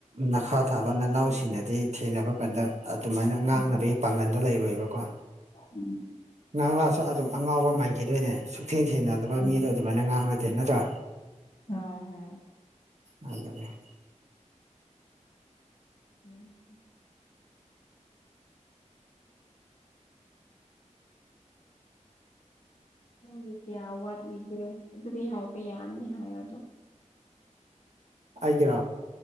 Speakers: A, on the right (about 65°); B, on the left (about 70°).
A: ꯅꯈꯥ ꯊꯥꯕ ꯅꯅꯥꯎꯁꯤꯡꯅꯗꯤ ꯊꯦꯡꯅꯕ ꯀꯥꯟꯗ ꯑꯗꯨꯃꯥꯏꯅ
B: ꯎꯝ
A: ꯉꯥꯡꯅꯕꯒꯤ ꯄꯥꯡꯒꯜꯗꯣ ꯂꯩꯔꯣꯏꯕꯀꯣ
B: ꯎꯝ
A: ꯉꯥꯡꯂꯛꯑꯁꯨ ꯑꯗꯨꯝ ꯑꯉꯥꯎꯕ ꯃꯥꯟꯈꯤꯗꯣꯏꯅꯦ ꯁꯨꯛꯊꯦꯡ ꯊꯦꯡꯅꯗꯕ
B: ꯎꯝ
A: ꯃꯤꯗꯣ ꯑꯗꯨꯃꯥꯏꯅ ꯉꯥꯡꯂ ꯊꯦ ꯅꯠꯇ꯭ꯔꯥ
B: ꯍꯣꯢ ꯍꯣꯢ
A: ꯍꯥꯏꯔꯦ <inaudible>
B: ꯎꯝ ꯅꯪꯒꯤ ꯀꯌꯥ ꯑꯋꯥꯠꯂꯤꯒꯦ ꯑꯗꯨꯗꯤ ꯍꯥꯏꯕ ꯌꯥꯅꯤ ꯍꯥꯏꯌꯣ ꯑꯗꯣ
A: ꯑꯩꯒꯤꯔꯣ